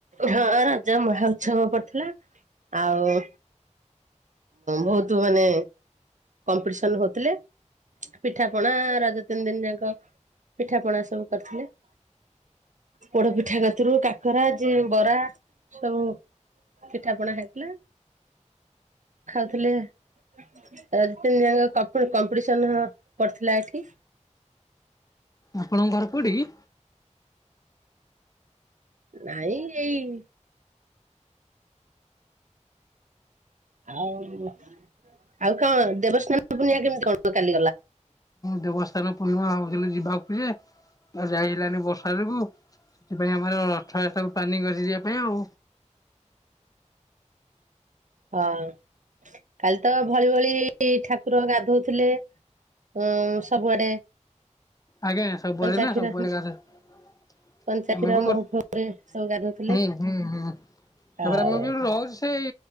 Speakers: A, on the right; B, on the left.
A: ହଁ, ରଜ ମହାଉତ୍ସବ ପଡିଥିଲା, ଆଉ ଭଉତ ମାନେ କମ୍ପିଟିସନ ହଉଥିଲେ ପିଠା ପଣା, ରଜ ତିନି ଦିନ ଯାଙ୍କ, ପିଠା ପଣା ସବୁ କରିଥିଲେ। ପୋଡ ପିଠା ଗତିରୁ, କାକରା ଯି ବରା ସବୁ ପିଠା ପଣା ହେଇଥିଲା, ଖାଉଥିଲେ। ରଜ ତିନ ଦିନ ଯାଙ୍କ, କପି କମ୍ପିଟିସନ ପଡିଥିଲା ଏଠି।
B: ଆପଣଙ୍କ ଘର କୋଉଠିକି?
A: ନାଇଁ ଏଇ ଆଉ ଆଉ କଣ। ଦେବସ୍ନାନ ପୂର୍ଣ୍ଣିମା କେମିତି କଣ କାଲି ଗଲା।
B: ଦେବସ୍ନାନ ପୂର୍ଣ୍ଣିମା ଭାବୁଥିଲି ଯିବାକୁ ଯେ। ଆଉ ଯାଇ ହେଲାନି ବର୍ଷା ଯୋଗୁ। ସେଥିପାଇଁ ଆମର ରଥ ଯାତ୍ରା କୁ ପ୍ଲାନିଂ କରିଚି ଯିବା ପାଇଁ ଆଉ।
A: ହଁ। କାଲି ତ ଭଳି ଭଳି ଠାକୁର ଗାଧଉଥିଲେ। ଉଁ ସବୁଆଡେ।
B: ଆଜ୍ଞା ସବୁଆଡେ
A: କଞ୍ଚା
B: ନା
A: କ୍ଷୀର
B: ସବୁଆଡେ
A: ହଁ
B: ଗାଧାନ୍ତି।
A: କଞ୍ଚା କ୍ଷୀର
B: ଆମେ ବି
A: ମହୁ
B: ହୁଁ
A: ଫହୁରେ ସବୁ ଗାଧଉଥିଲେ
B: ହୁଁ ହୁଁ।
A: ଆଉ
B: ତାପରେ ଆମେ ବି ଯୋଉଠି ରହୁଚୁ ସେଇ।